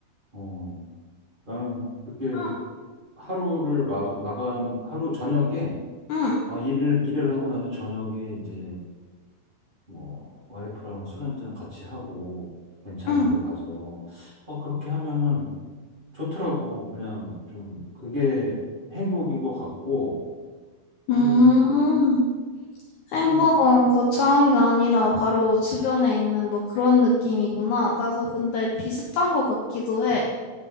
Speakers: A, on the right; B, on the left.
A: 어, 나는 그게
B: 응,
A: 하루를 마, 마감, 하루 저녁에
B: 응,
A: 어, 일을, 일을 하고 나서 저녁에 이제 뭐 와이프랑 술 한잔 같이 하고 괜찮은
B: 응.
A: 데 가서 어, 그렇게 하면은 좋더라고. 그냥 좀 그게 행복인 것 같고,
B: 음,
A: 음,
B: 행복은
A: 그,
B: 거창한 게 아니라 바로 주변에 있는 뭐 그런 느낌이구나. 나도 근데 비슷한 것 같기도 해.